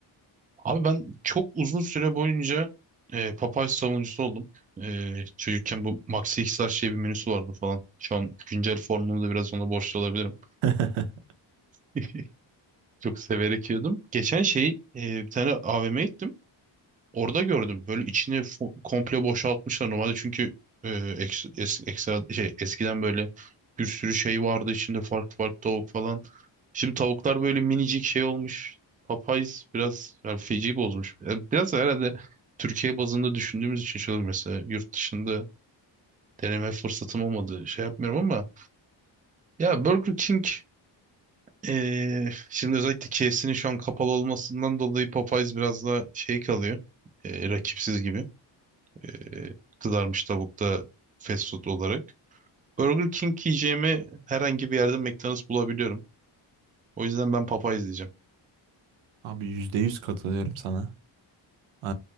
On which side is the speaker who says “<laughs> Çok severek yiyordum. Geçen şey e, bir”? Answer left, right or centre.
Right